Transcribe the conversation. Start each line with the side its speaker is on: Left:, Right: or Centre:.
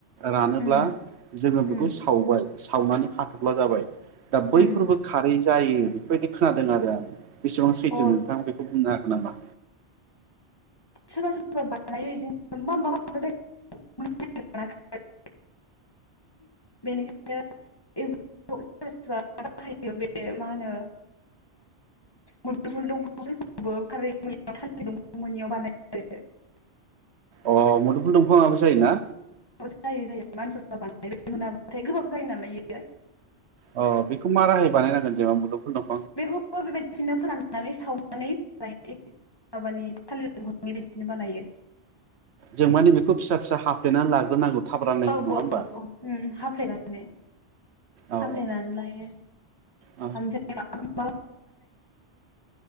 Right: रानोब्ला
Left: उम
Right: जोङो
Left: उम
Right: बेखौ सावबाय। सावनानै हाथ'फ्ला जाबाय दा बैफोरबो
Left: उम
Right: खारै जायो बेफोर बायदि खोनादों आरो आं। बेसेबां सैथो
Left: अ
Right: नोंथां बेखौ बुंनो हागोन नामा?
Left: सोरबा सोरबा बानायो गदिनो <unintelligible> जायो। <inaudible> बेनिखायनो <inaudible> बाहायो बे मा होनो मुदुफुल दंफोरखौबो खारै थालिर दंफा मोननियाव बानायो। <inaudible>
Right: अ मुदुफुल दंफाआबो जायोना?
Left: जायो जायो मानसिफ्रा बानायो मोनाबाथाय गोबाब जायो नालाय इयो।
Right: अ बेखौ मा राहायै बानाय नांगोन जेनबा मुदुमफुल दं
Left: बेखौबो बेबायदिनो फोराननानै सावनानै बानायनाय जायो। माबानि थालिर दफांनि बायदिनो बानायो।
Right: जों माने बेखौ फिसा फिसा हाफ्लेनानै लाग्रोनांगौ। थाब राननायनि
Left: औ-
Right: नङा होमबा?
Left: औ -औ हाफ्लेनानै।
Right: औ
Left: हाफ्लेनानै लायो
Right: औ
Left: ओमफ्राय। <inaudible>